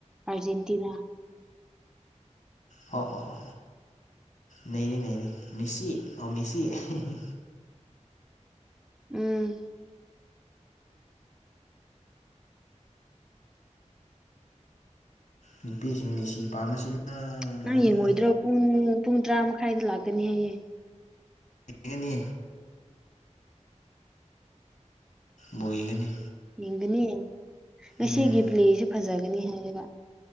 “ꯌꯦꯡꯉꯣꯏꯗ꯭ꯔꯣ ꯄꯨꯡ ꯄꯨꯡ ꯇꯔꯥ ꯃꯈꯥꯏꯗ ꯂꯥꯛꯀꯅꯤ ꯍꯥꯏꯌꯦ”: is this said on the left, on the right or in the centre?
Centre